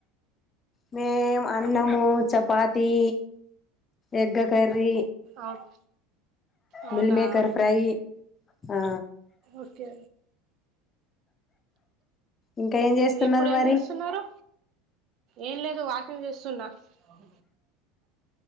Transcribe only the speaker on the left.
మేం అన్నము చపాతి ఎగ్గ కర్రీ
మిల్మేకర్ ఫ్రై ఆ
ఇంకా ఏం
చేస్తున్నారు
మరి